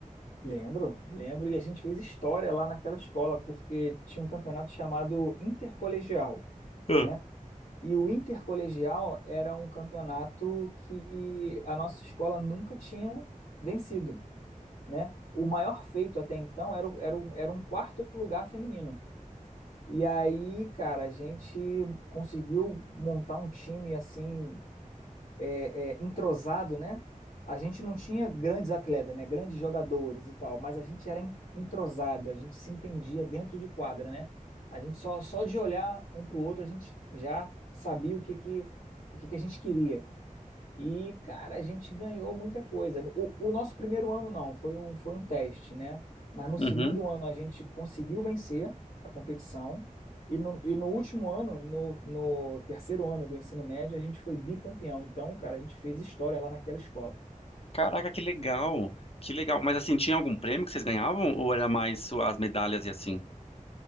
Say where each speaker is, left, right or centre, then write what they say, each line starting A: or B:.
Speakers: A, on the left; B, on the left.
A: lembro, lembro. E a gente fez história lá naquela escola, porque tinha um campeonato chamado Intercolegial,
B: Ah.
A: né? E o intercolegial era um campeonato que a nossa escola nunca tinha vencido, né? O maior feito até então era, o- era, um, era um quarto lugar feminino. E aí, cara, a gente conseguiu montar um time assim é, é, entrosado, né? A gente não tinha grandes atletas, né? Grandes jogadores e tal, mas a gente era en- entrosado, a gente se entendia dentro de quadra, né? A gente só, só de olhar um para o outro, a gente já sabia o que que, o que que a gente queria. E, cara, a gente ganhou muita coisa. O, o nosso primeiro ano não, foi um, foi um teste, né? Mas no
B: Uhum.
A: segundo ano a gente conseguiu vencer a competição. E no, e no último ano, no, no terceiro ano do ensino médio, a gente foi bicampeão. Então, cara, a gente fez história lá naquela escola.
B: Caraca, que legal. Que legal. Mas assim, tinha algum prêmio que vocês ganhavam ou era mais só as medalhas e assim?